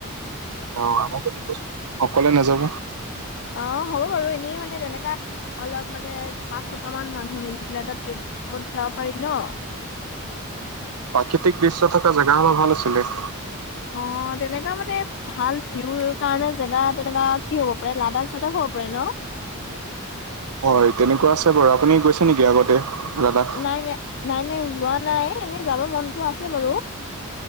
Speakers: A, on the right (about 90°); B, on the left (about 55°).
A: অ আমাকো নিবচোন অকলে নাযাব।
B: অ হ'ব বাৰু এনেই মানে তেনেকা অলপ মানে পাঁচ ছটা মান মানুহ মিলি পেলাই, এটা ট্ৰিপত যাব পাৰি ন।
A: প্ৰাকৃতিক দৃশ্য থকা জেগা হ'লে ভাল আছিলে।
B: অ' তেনেকা মানে ভাল ভিউৰ কাৰণে জেগা তেনেকা কি হব পাৰে, লাডাখ-চাডাখ হ'ব পাৰে ন।
A: হয় তেনেকুৱা আছে বাৰু, আপুনি গৈছে নেকি আগতে লাডাখ।
B: নাই, নাই। নাই, নাই যোৱা নাই এনেই যাব মনতো আছে বাৰু।